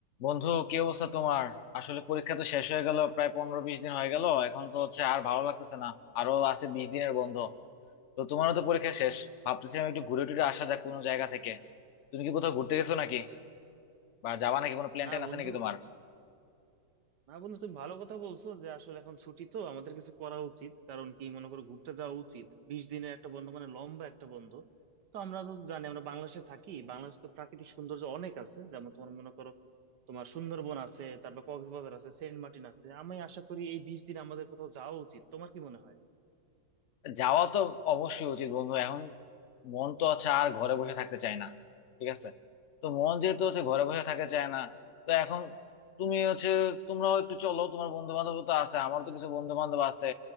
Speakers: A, on the left (about 55°); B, on the right (about 75°).
A: বন্ধু কি অবস্থা তোমার আসলে পরীক্ষা তো শেষ হয়ে গেল প্রায় পনেরো বিশ দিন হয়ে গেল এখন তো হচ্ছে আর ভালো লাগতেছে না আরো আছে বিশ দিনের বন্ধ তো তোমারও তো পরীক্ষা শেষ ভাবতেছিলাম একটু ঘুরে টুরে আসা যাক কোনো জায়গা থেকে তুমি কি কোথাও ঘুরতে গেছো নাকি বা যাবা নাকি কোনো প্ল্যান
B: না
A: ট্যান আছে
B: বন্ধু
A: নাকি তোমার
B: না বন্ধু তুমি ভালো কথা বলছো যে আসলে এখন ছুটি তো আমাদের কিছু করা উচিত কারণ কি মনে করো ঘুরতে যাওয়া উচিত বিশ দিনের একটা বন্ধ মানে লম্বা একটা বন্ধ তো আমরা তো জানি আমরা বাংলাদেশে থাকি বাংলাদেশ তো প্রাকৃতিক সৌন্দর্য অনেক আছে যেমন তোমার মনে করো তোমার সুন্দরবন আছে তারপর কক্সবাজার আছে সেন্ট মার্টিন আছে আমি আশা করি এই বিশ দিন আমাদের কোথাও যাওয়া উচিত তোমার কি মনে হয়
A: যাওয়া তো অবশ্যই উচিত বন্ধু এখন মন তো হচ্ছে আর ঘরে বসে থাকতে চায় না ঠিক আছে তো মন যেহেতু হচ্ছে ঘরে বসে থাকতে চায় না তো এখন তুমি হচ্ছে তোমরাও একটু চলো তোমার বন্ধু বান্ধব তো আছে আমার তো কিছু বন্ধু বান্ধব আছে